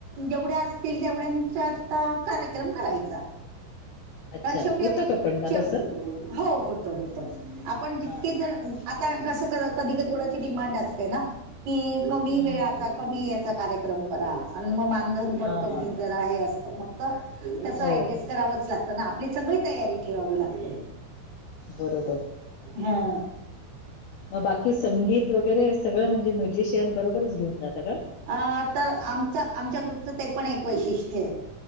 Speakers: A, on the right; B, on the left.
A: जेवढ्या असतील तेवढ्यांच्यात कार्यक्रम करायचा.
B: <inaudible> अच्छा.
A: कारण शेवटी
B: होतं
A: आपण
B: का पण मग
A: शेव
B: तसं?
A: हो होतो होतो. आपण जितके
B: हां, हां,
A: जण
B: हां.
A: आता कसं कधी कधी को णाची डिमांड असते ना, की कमी
B: हं,
A: वेळेचा
B: हं.
A: कमी याचा कार्यक्रम करा, अन् मग मानधन पण
B: हां,
A: कमी
B: हां.
A: करा हे असं मग कसं
B: हो,
A: ऍडजेस्ट करावचं लागतं ना, आपली सगळी तयारी ठेवावी लागते.
B: बरोबर.
A: हा.
B: मग बाकी संगीत वगैरे हे सगळं म्हणजे म्युझिशियन बरोबरच घेऊन जात का?
A: अ तर आमचं आमच्या ग्रुपचं ते पण एक वैशिष्ट्य